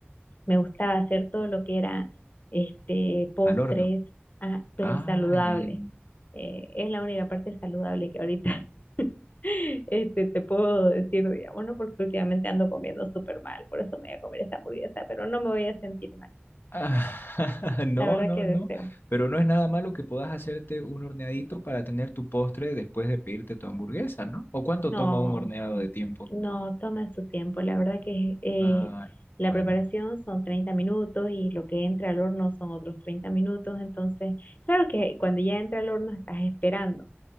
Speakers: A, on the left (about 45°); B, on the left (about 60°).
A: Me gustaba hacer todo lo que era este, postres,
B: Al horno.
A: ah, pero
B: Ah,
A: saludable.
B: ya, ya.
A: Eh, es la única parte saludable que ahorita <laughs> este, te puedo decir, digamos, ¿no? porque últimamente ando comiendo súper mal, por eso me voy a comer esa hamburguesa, pero no me voy a sentir mal.
B: Ah, <laughs> no,
A: La verdad
B: no,
A: que deseo.
B: no, pero no es nada malo que puedas hacerte un horneadito para tener tu postre después de pedirte tu hamburguesa, ¿no? ¿O cuánto
A: No,
B: toma un horneado
A: mm,
B: de tiempo?
A: no, toma su tiempo. La verdad que eh,
B: Ah,
A: la
B: bueno,
A: preparación son 30 minutos y lo que entra al horno son otros 30 minutos. Entonces, claro que cuando ya entra al horno estás esperando.